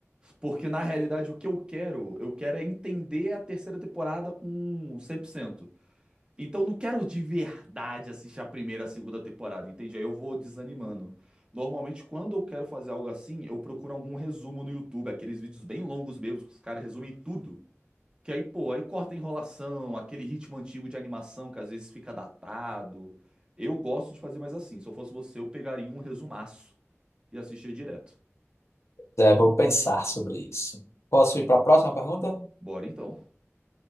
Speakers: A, on the right; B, on the left.
A: porque na realidade o que eu quero, eu quero é entender a terceira temporada com 100%. Então eu não quero de verdade assistir a primeira, a segunda temporada, entende? Aí eu vou desanimando. Normalmente, quando eu quero fazer algo assim, eu procuro algum resumo no YouTube, aqueles vídeos bem longos mesmo, que os caras resumem tudo. Que aí, pô, aí corta a enrolação, aquele ritmo antigo de animação que às vezes fica datado. Eu gosto de fazer mais assim. Se eu fosse você, eu pegaria um resumaço e assistia direto.
B: É, vou pensar sobre isso. Posso ir para a próxima pergunta?
A: Bora então.